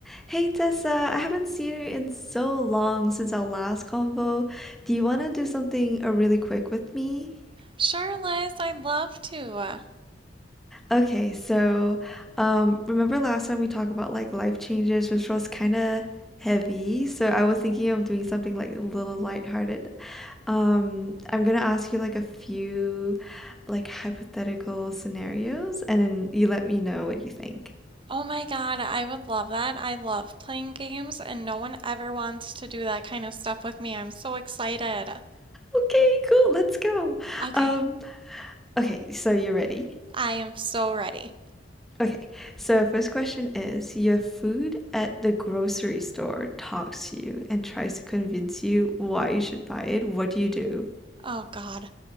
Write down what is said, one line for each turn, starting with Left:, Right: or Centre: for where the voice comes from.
Centre: Hey Tessa, I haven't seen you in so long since our last convo. Do you want to do something uh, really quick with me?
Right: Sure, Liz, I'd love to. uh,
Centre: Okay, so um, remember last time we talked about like life changes, which was kind of heavy. So I was thinking of doing something like a little lighthearted. Um, I'm gonna ask you like a few like hypothetical scenarios, and then you let me know what you think.
Right: Oh my God, I would love that. I love playing games, and no one ever wants to do that kind of stuff with me. I'm so excited.
Centre: Okay, cool. Let's go.
Right: Okay,
Centre: Um, okay, so you ready?
Right: I am so ready.
Centre: Okay, so first question is your food at the grocery store talks to you and tries to convince you why you should buy it. What do you do?
Right: Oh God.